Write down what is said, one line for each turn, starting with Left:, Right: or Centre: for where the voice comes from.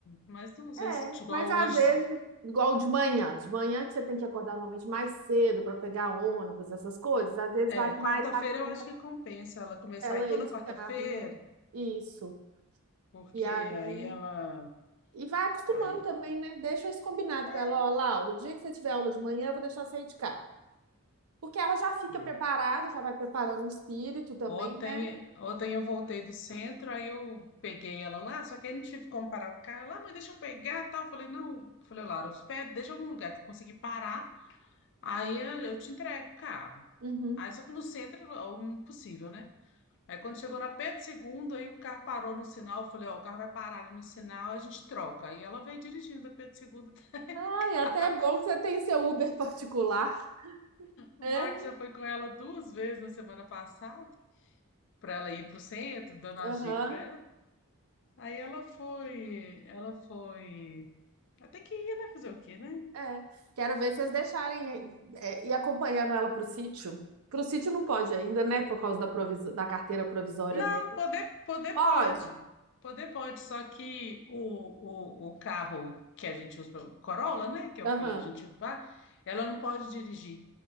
Left: Mas, às
Right: É,
Left: vezes, igual
Right: mas às
Left: hoje,
Right: vezes,
Left: se-
Right: igual de manhã, de manhã que você tem que acordar normalmente mais cedo para pegar ônibus, essas coisas, às vezes
Left: é,
Right: vale
Left: quarta-feira
Right: mais a pena
Left: eu acho que compensa ela começar
Right: ela
Left: a ir toda
Right: ir de
Left: quarta-feira,
Right: carro, né? Isso.
Left: porque
Right: E aí,
Left: aí ela.
Right: e vai acostumando
Left: Aí,
Right: também, né? Deixa isso combinado
Left: é,
Right: com ela, ó, Laura, o dia que você tiver aula de manhã, eu vou deixar você ir de carro. Porque ela já fica
Left: é.
Right: preparada, já vai preparando o espírito também,
Left: Ontem,
Right: né?
Left: ontem eu voltei do centro, aí eu peguei ela lá, só que aí não tive como parar o carro. Lá, mãe, deixa eu pegar, tal. Eu falei, não. Eu falei, Laura, espera, deixa em algum lugar que eu consegui parar, aí eu, eu te entrego o carro.
Right: Uhum.
Left: Aí só que no centro é o impossível, né? Aí quando chegou na Pedro segundo, aí o carro parou no sinal, eu falei, ó, o carro vai parar ali no sinal, a gente troca. Aí ela veio dirigindo a Pedro segundo.
Right: Ai, até
Left: <laughs>
Right: é bom que você tem seu Uber <laughs> particular.
Left: O
Right: É?
Left: Max já foi com ela duas vezes na semana passada, para ela ir para o centro, dando as
Right: Aham.
Left: dicas para Aí ela foi, ela foi. Ela tem que ir, né? Fazer o quê, né?
Right: É. Quero ver vocês deixarem é, ir acompanhando ela pro sítio. Pro sítio não pode ainda, né? Por causa da, proviso- da carteira provisória
Left: Não,
Right: dela.
Left: poder, poder
Right: Pode?
Left: pode. Poder pode, só que o, o, o carro que a gente usa, o Corolla, né? Que é
Right: Aham.
Left: o que a gente vai, ela não pode dirigir